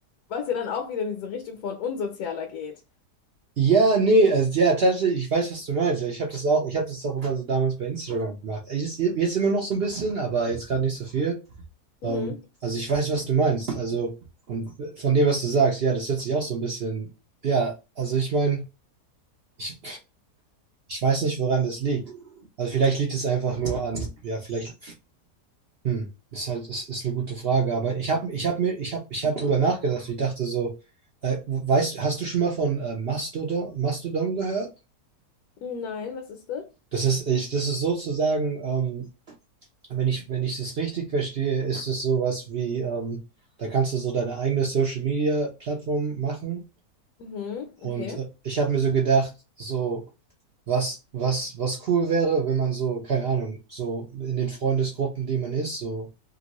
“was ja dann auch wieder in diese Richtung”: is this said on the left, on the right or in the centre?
Left